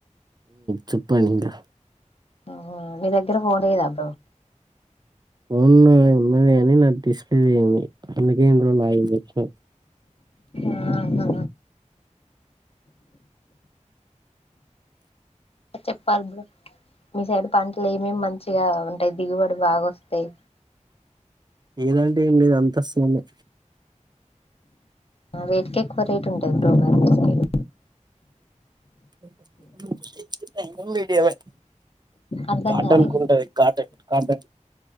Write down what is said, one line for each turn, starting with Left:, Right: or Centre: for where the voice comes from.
Right: చెప్పండి ఇంకా.
Left: ఆ మీ దగ్గర ఫోన్ లేదా బ్రో?
Right: ఫోన్ నాది ఉన్నది కాని నాది డిస్ప్లే పోయింది అందుకే ఇన్ని రోజులు ఆగింది. వ
Left: ఆహా అ చెప్పాలి బ్రో. మీ సైడ్ పంటలు ఏమేమి మంచిగా ఉంటయి, దిగుబడి బాగా వస్తయి.
Right: ఏదంటే ఏం లేదు అంత సేమే.
Left: అవిటికే ఎక్కువ రేట్ ఉంటది బ్రో మరి మీరు.
Right: <inaudible>
Left: అర్ధం
Right: కాటన్కుంటది.
Left: కాలే
Right: కాటన్ కాటన్